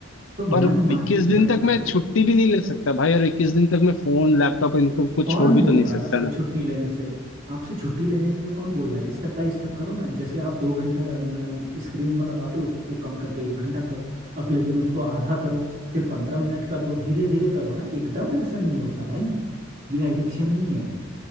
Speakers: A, on the right; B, on the left.
A: तो मन
B: पर
A: मार
B: 21
A: के ट्राई
B: दिन तक
A: करो
B: मैं छुट्टी भी नहीं ले सकता भाई और 21 दिन तक मैं फोन लैपटॉप इनको को
A: कौन
B: छोड़ भी
A: बोल
B: तो नहीं
A: रहा है
B: सकता
A: आपसे छुट्टी
B: ना
A: लेने से आपसे छुट्टी लेने के लिए कौन बोल रहा है स्टेप बाय स्टेप करो ना जैसे आप दो घंटा स्क्रीन में लगाते हो उसको कम करके एक घंटा करो अगले दिन उसको आधा करो फिर पंद्रह मिनट कर दो धीरे धीरे करो ना एकदम ऐसा नहीं होता भाई ये एडिक्शन ही है